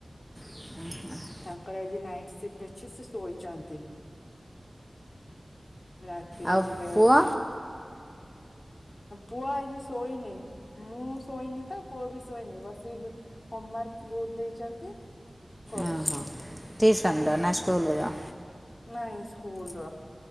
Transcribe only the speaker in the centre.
<inaudible>
ଆଉ
ପୁଅ
ଓ ହଁ ଟିଉସନ୍ ର ନା ସ୍କୁଲର?